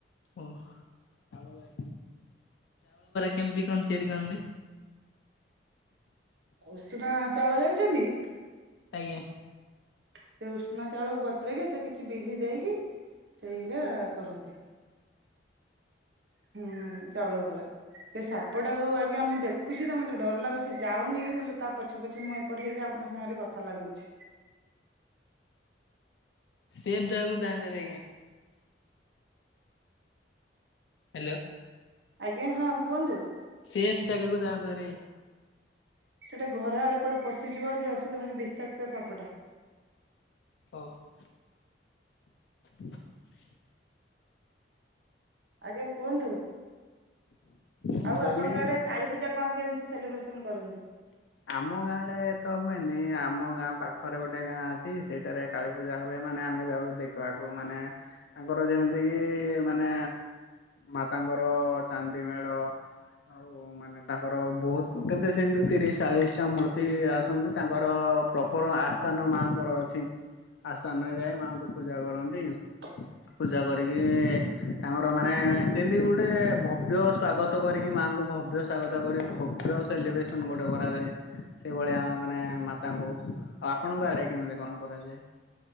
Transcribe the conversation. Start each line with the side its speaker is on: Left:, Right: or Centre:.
Left: ଓ ହୋ ଚାଉଳ ବରା କେମିତି କଣ ତିଆରି କରନ୍ତି?
Right: ଉଷଣା ଚାଉଳ ଜାଣିଛନ୍ତି?
Left: ଆଜ୍ଞା।
Right: ସେ ଉଷୁନା ଚାଉଳକୁ ବତୁରେଇକି ସେଥିରେ କିଛି ବିରି ଦେଇକି ସେଇଟା କରନ୍ତି ହୁଁ ଚାଉଳ ବରା। ସେ ସାପ ଟାକୁ ଆଜ୍ଞା ମୁଁ ଦେଖୁଛି ତ ମତେ ଡର ଲାଗୁଛି ସେ ଯାଉନି ବୋଲେ ତା ପଛେ ପଛେ ମୁଁ ପଢେଇକି ଆପଣ ସାଙ୍ଗରେ କଥା ଲାଗୁଛି।
Left: ସେପ୍ ଜାଗାକୁ ଯାନ୍ତୁ ଭାରି ଆଜ୍ଞା। ହ୍ୟାଲୋ।
Right: ଆଜ୍ଞା ହଁ କୁହନ୍ତୁ।
Left: ସେଫ୍ ଜାଗାକୁ ଯାଆନ୍ତୁ ଭାରି।
Right: ସେଟା ଘର ଆଡେ କୁଆଡେ ପଶିଯିବ ଯଦି ଅସୁବିଧା ଭାରି ବିଷାକ୍ତ ସାପଟା।
Left: ଓହ ହଉ। <inaudible>
Right: ଆଜ୍ଞା କୁହନ୍ତୁ
Left: ମୁଁ
Right: ଆଉ
Left: କହିଲି
Right: ଆପଣଙ୍କ ଆଡେ କାଳୀପୂଜା କଣ କେମିତି ସେଲିବ୍ରେସନ କରନ୍ତି?
Left: ଆମ ଗାଁ ରେ ତ ହୁଏନି ଆମ ଗାଁ ପାଖରେ ଗୋଟେ ଗାଁ ଅଛି ସେଇଟାରେ କାଳୀ ପୂଜା ହୁଏ ମାନେ ଆମେ ଯାଉ ଦେଖିବାକୁ ମାନେ ତାଙ୍କର ଯେମିତିକି ମାନେ ମାତାଙ୍କର ଚାନ୍ଦି ମେଢ ଆଉ ମାନେ ତାଙ୍କର ବହୁତ କେତେ ସେମିତି ତିରିଶ ଚାଳିଶ ଟା ମୂର୍ତ୍ତି ଆସନ୍ତି ତାଙ୍କର ପ୍ରପର ଆସ୍ଥାନ ମାଙ୍କର ଅଛି। ଆସ୍ଥାନରେ ଯାଇ ମାଆଙ୍କୁ ପୂଜା କରନ୍ତି।
Right: <inaudible>
Left: ପୂଜା କରିକି ତାଙ୍କର ମାନେ ଯେମିତି ଗୋଟେ ଭବ୍ୟ ସ୍ଵାଗତ କରିକି ମାଆଙ୍କୁ ଭବ୍ୟ କଥା କଥା କରି ଭବ୍ୟ ସେଲିବ୍ରେସନ ଗୋଟେ ହୁ କରାଯାଏ ସେଇଭଳିଆ ମାନେ ମାତାଙ୍କୁ ଆଉ ଆପଣଙ୍କ ଆଡେ କେମିତି କଣ କରାଯାଏ?